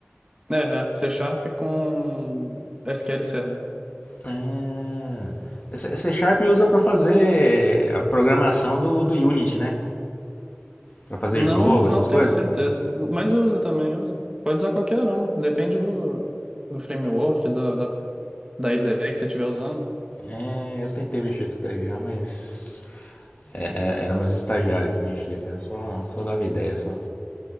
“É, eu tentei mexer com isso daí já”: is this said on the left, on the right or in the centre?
Left